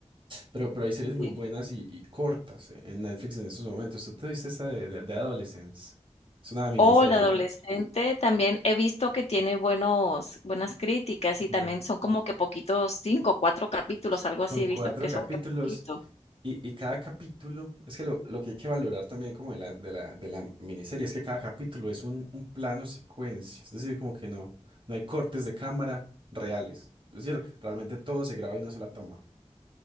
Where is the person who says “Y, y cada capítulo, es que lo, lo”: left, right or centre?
Right